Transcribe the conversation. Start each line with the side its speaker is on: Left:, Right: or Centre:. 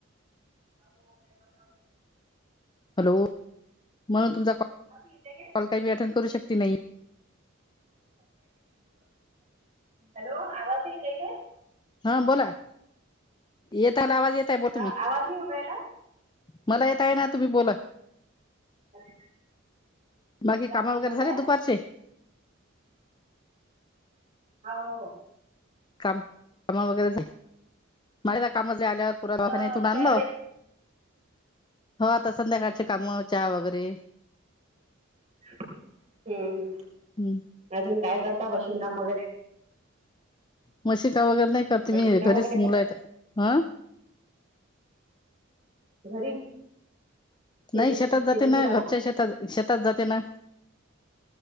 Right: <inaudible>
Left: हॅलो मग तुमचा <inaudible> कॉल
Right: येते काय
Left: काही बी अटेंड करू शकते नाही.
Right: हॅलो आवाज येतेय काय?
Left: हा बोला येत आहे आवाज येत आहे बोल
Right: हा
Left: तुम्ही
Right: आवाज नाही येऊ रायला.
Left: मला येत आहे ना तुम्ही बोला.
Right: हम
Left: बाकी
Right: काय
Left: कामं
Right: सुरू
Left: वगैरे
Right: आहे
Left: झाले
Right: आता
Left: दुपारचे.
Right: हाव हो.
Left: काम कामा वगैरेच आहे माझी तर कामजल्या आल्यावर पोरगा
Right: अ
Left: दवाखान्यातून
Right: आता काय
Left: आणलं.
Right: रे
Left: हो आता संध्याकाळचे
Right: हम्म
Left: कामं चहा वगैरे.
Right: हम्म हम्म
Left: हम्म
Right: अजून काय करता बशीन काम वगैरे.
Left: मशी का वगैरे नाही करते
Right: मशीन
Left: मी
Right: काम
Left: घरीच
Right: वगैरे
Left: मुला आहेत हा.
Right: घरी शेतीचे
Left: नाही शेतात जाते
Right: शेतीचे
Left: ना
Right: कामं
Left: घरच्या शेतात शेतात जाते ना.